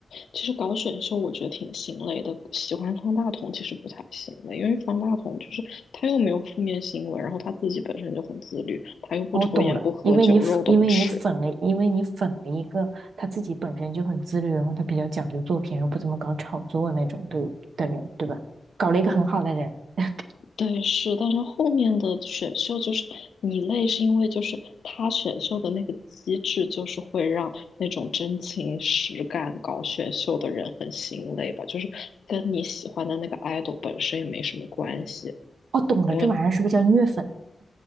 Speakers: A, on the left; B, on the right.
A: 其实搞选秀我觉得挺心累的，喜欢方大同其实不太心累，因为方大同就是他又没有负面新闻，然后他自己本身就很自律，他又不抽烟不喝酒，
B: 哦，懂了，因为你粉因为你粉了，
A: 肉都不吃。
B: 因为你粉了一个他自己本身就很自律，然后他比较讲究作品，然后不怎么搞炒作那种对的人，对吧？搞了一个很好的人。<laughs>
A: 对，是，但是后面的选秀就是你累，是因为就是他选秀的那个机制，就是会让那种真情实感搞选秀的人很心累吧，就是跟你喜欢的那个 idol 本身也没什么关系。
B: 哦，懂了，
A: 因为。
B: 这玩意儿是不是叫虐粉？